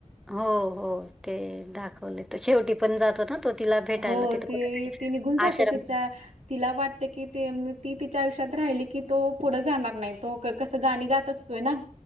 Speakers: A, in the centre; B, on the right.
A: हो हो ते दाखवले त शेवटी पण जातो ना तो तिला भेटायला
B: हो
A: तिथं
B: तेी
A: कुठेतरी
B: ती निघून जाते
A: आश्रम
B: तिच्या तिला वाटते की ती तिच्या आयुष्यात राहिली की तो पुढं जाणार नाही तो कसं गाणी गात असतोय ना